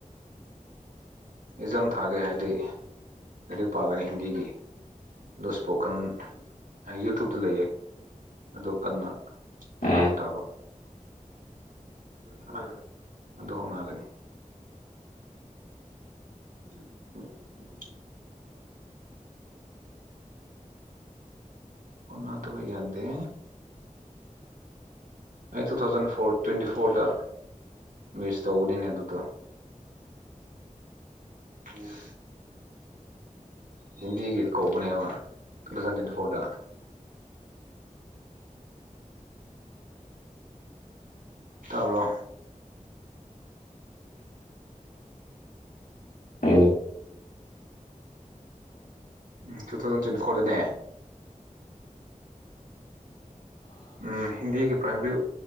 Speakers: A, on the right; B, on the left.
A: ꯑꯦꯖꯝ ꯊꯥꯒꯦ ꯍꯥꯏꯗꯤ ꯂꯥꯏꯔꯤꯛ ꯄꯥꯒꯅꯤ ꯍꯤꯟꯗꯤꯒꯤ ꯑꯗꯣ ꯁ꯭ꯄꯣꯀꯟ ꯌꯨꯇꯨꯕꯇ ꯂꯩꯌꯦ ꯑꯗꯨ ꯀꯟꯅ ꯍꯣꯠꯅꯕ
B: ꯎꯝ
A: ꯇꯥꯕ <unintelligible> ꯑꯗꯣ ꯍꯣꯠꯅꯒꯅꯤ <unintelligible>
B: <unintelligible>
A: ꯍꯣꯠꯅꯗꯕ ꯌꯥꯗꯦ ꯑꯩ ꯇꯨ ꯊꯥꯎꯖꯟ ꯐꯣꯔ ꯇ꯭ꯋꯦꯟꯇꯤ ꯐꯣꯔꯗ ꯃꯤꯔꯁꯇ ꯎꯗꯤꯅꯦ ꯇ ꯎꯝ ꯍꯤꯟꯗꯤꯒꯤ ꯀꯧꯕꯅꯦꯕ ꯇ ꯖꯟ ꯇ꯭ꯋꯦꯟꯇꯤ ꯐꯣꯔꯗ ꯇꯥꯕ꯭ꯔꯣ
B: ꯎꯝ
A: ꯎꯝ ꯇꯨ ꯊꯥꯎꯖꯟ ꯇ꯭ꯋꯦꯟꯇꯤ ꯐꯣꯔꯗꯅꯦ ꯎꯝ ꯍꯤꯟꯗꯤꯒꯤ ꯄ꯭ꯔꯥꯏꯃꯔꯤ